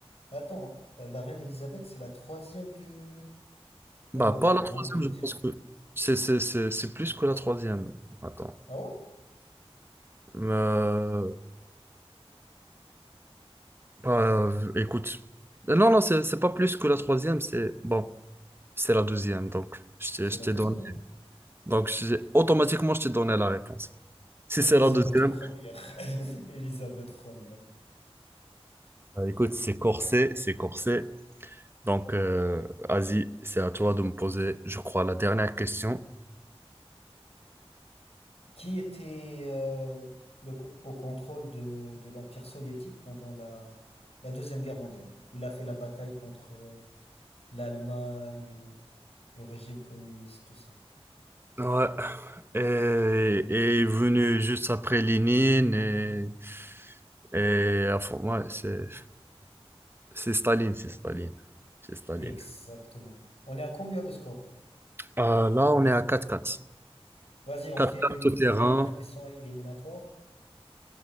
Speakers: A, on the left; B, on the right.
A: Attends, euh, la reine Elisabeth, c'est la troisième du. Wow,
B: Bah,
A: wow,
B: pas la troisième,
A: l'Angleterre.
B: je pense que c'est c'est- c'est- c'est plus que la troisième. Attends.
A: Ah ouais?
B: Euh, bah, écoute. Non, non, c'est c'est pas plus que la troisième, c'est bon, c'est la deuxième. Donc, je t'ai
A: C'est
B: je
A: la
B: t'ai
A: deuxième,
B: donné.
A: hein.
B: Donc, j'ai- automatiquement, je t'ai donné la réponse. Si
A: Elisabeth
B: c'est la deuxième,
A: première. <laughs> Elisabeth première.
B: bah, écoute, c'est corsé, c'est corsé. Donc, euh, Asie, c'est à toi de me poser, je crois, la dernière question.
A: Qui était euh, le co- au contrôle de, de l'Empire soviétique pendant la, la Deuxième Guerre mondiale? Il a fait la bataille contre euh, l'Allemagne. euh, Le régime communiste, tout ça.
B: Ouais. Et, et est venu juste après Lénine et, et enfin, ouais, c'est c'est Staline, c'est Staline, c'est Staline.
A: Exactement. On est à combien de scores?
B: Euh, là, on est à quatre quatre
A: Vas-y, on
B: quatre
A: fait
B: quatre
A: une
B: tout terrain,
A: dernière question éliminatoire.